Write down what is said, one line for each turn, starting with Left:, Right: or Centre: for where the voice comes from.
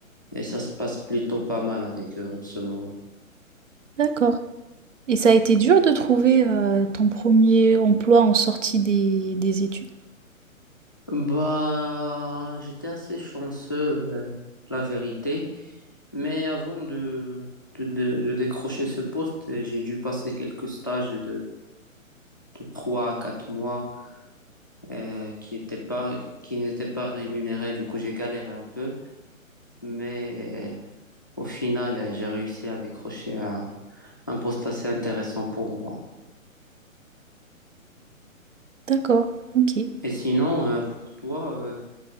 Left: Et ça se passe plutôt pas mal avec eux en ce moment.
Right: D'accord. Et ça a été dur de trouver euh, ton premier emploi en sortie des, des études?
Left: Bah, j'étais assez chanceux, euh, la vérité. Mais avant de, de, de- de décrocher ce poste, euh, j'ai dû passer quelques stages de, de 3 à 4 mois euh, qui étaient pas, qui n'étaient pas rémunérés. Du coup, j'ai galéré un peu. Mais euh, au final, euh, j'ai réussi à décrocher un, un poste assez intéressant pour moi.
Right: D'accord, ok.
Left: Et sinon, euh, pour toi, euh,